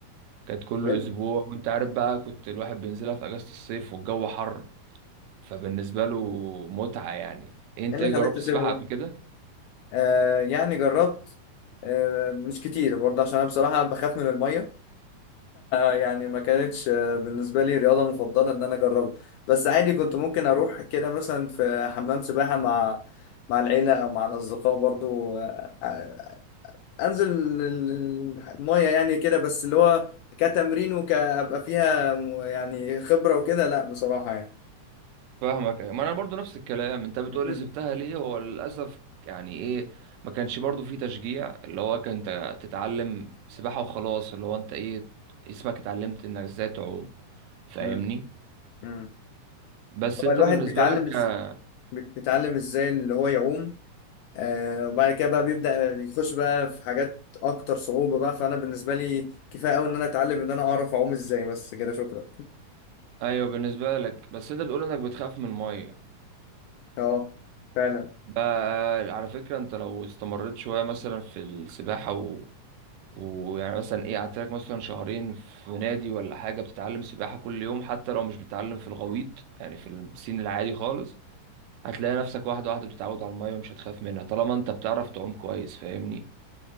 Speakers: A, on the right (about 90°); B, on the left (about 80°).
A: كانت كل
B: وايه ال-
A: اسبوع وانت عارف بقى كنت الواحد بينزلها في اجازة الصيف والجو حر فبالنسبة له متعة يعني انت
B: إيه اللي
A: ايه
B: خلاك
A: جربت
B: تسيبها
A: السباحة
B: بقى
A: قبل كده؟
B: آه يعني جربت آه مش كتير برضه عشان انا بصراحة بخاف من المية <laughs> يعني ما كانتش آه، بالنسبة لي رياضة مفضلة ان انا اجربها بس عادي كنت ممكن اروح كده مثلا في حمام سباحة مع مع العيلة او مع الاصدقاء برضه آه آه، انزل ال- ال- المية يعني كده بس اللي هو كتمرين وكابقى فيها م- يعني خبرة وكده لا بصراحة يعني
A: فاهمك ما انا برضو نفس الكلام انت بتقولي
B: مم.
A: سبتها ليه هو للاسف يعني ايه ما كانش برضو في تشجيع اللي هو كان ت- تتعلم سباحة وخلاص اللي هو انت ايه اسمك اتعلمت انك ازاي تعوم فاهمني
B: مم. مم.
A: بس انت
B: هو الواحد
A: بالنسبة
B: بيتعلم
A: لك ك-
B: إز... بيتعلم ازاي اللي هو يعوم آه وبعد كده بقى بيبدأ يخش بقى في حاجات اكتر صعوبة بقى فانا بالنسبة لي كفاية قوي ان انا اتعلم ان انا اعرف اعوم ازاي بس كده شكرا
A: ايوه بالنسبة لك بس انت بتقول انك بتخاف من المية
B: اه فعلا
A: بقى على فكرة انت لو استمريت شوية مثلا في السباحة ويعني مثلا ايه قعدت لك مثلا شهرين في نادي ولا حاجه بتتعلم سباحه كل يوم حتى لو مش بتتعلم في الغويط يعني في البسين العادي خالص هتلاقي نفسك واحده واحده بتتعود على الميه ومش هتخاف منها طالما انت بتعرف تعوم كويس فاهمني